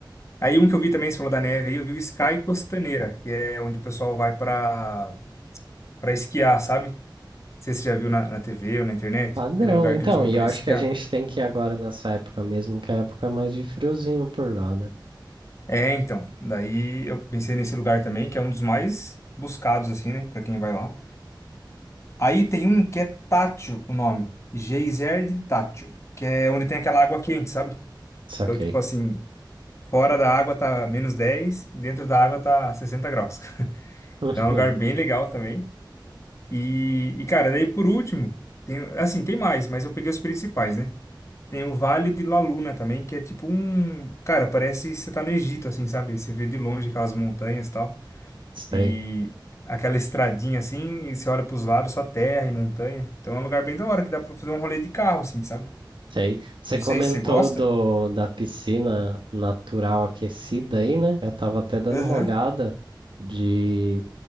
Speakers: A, on the left (about 35°); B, on the right (about 80°).
A: Aí um que eu vi também, você falou da neve aí, eu vi o Sky Costaneira, que é onde o pessoal vai pra, pra esquiar, sabe? Não sei se você já viu na, na TV ou na internet,
B: Padrão,
A: aquele lugar
B: então,
A: que eles vão
B: e
A: pra
B: eu acho
A: esquiar.
B: que a gente tem que ir agora nessa época mesmo, que é a época é mais de friozinho por lá, né?
A: É, então, daí eu pensei nesse lugar também, que é um dos mais buscados, assim, né, pra quem vai lá. Aí tem um que é tátil, o nome. Geyser de tátil. Que é onde tem aquela água quente, sabe?
B: Saquei.
A: Então, tipo assim, fora da água tá menos 10 e dentro da água tá 60 graus. <laughs>
B: Uhum,
A: Então é um lugar bem legal também. E, e cara, daí por último, tem, assim, tem mais, mas eu peguei os principais, né? Tem o Vale de La Luna também, que é tipo um. Cara, parece que você tá no Egito, assim, sabe? Você vê de longe aquelas montanhas e tal.
B: <laughs> Sei,
A: E aquela estradinha assim, e você olha pros lados, só terra e montanha. Então é um lugar bem da hora que dá pra fazer um rolê de carro, assim, sabe?
B: sei. Você
A: Não
B: comentou
A: sei se você gosta.
B: do, da piscina natural aquecida aí, né? Eu tava até dando
A: Aham,
B: uma olhada de.